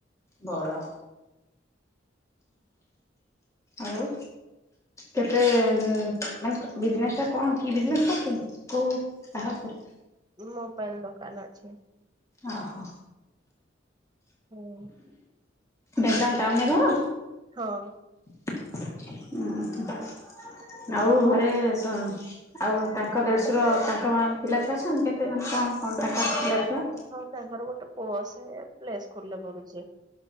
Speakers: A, on the left (about 15°); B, on the right (about 20°).
A: ବଡ ଆଉ। କେତେ ମାନେ ବିଜନେସ ଟା କଣ। କି ବିଜନେସ କରୁଛନ୍ତି। କୋଉ ତାହା ଉପରେ।
B: ମୋବାଇଲ ଦୋକାନ ଅଛି।
A: ଓ ହୋ।
B: ହୁଁ।
A: ବେଙ୍ଗାଲ ଟାଉନରେ ଘର।
B: ହଁ।
A: ହଁ ଆଉ ଘରେ ସ- ଆଉ ତାଙ୍କ ଦେଢଶୁର ତାଙ୍କ ପିଲା ଛୁଆ ଅଛନ୍ତି। କେତେ ଜଣ କଣ କଣ ତାଙ୍କର? ପିଲା ଛୁଆ
B: ହଁ ତାଙ୍କର ଗୋଟେ ପୁଅ ସେ ପ୍ଲେସ୍କୁଲରେ ପଢ଼ୁଛି।